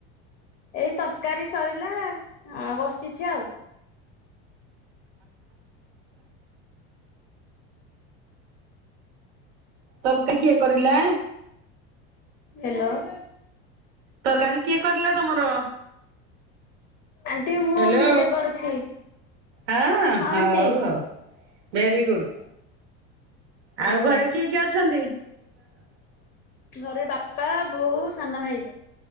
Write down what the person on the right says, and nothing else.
ତର୍କ କିଏ କରିଲା
ତରକାରୀ କିଏ କରିଲା ତମର
ହେଲୋ
ହଉ
ଆଉ। ଭେର ଗୁଡ଼୍ ଆଉ
ଘରେ କିଏ କିଏ ଅଛନ୍ତି। ପ୍ରସ <unintelligible>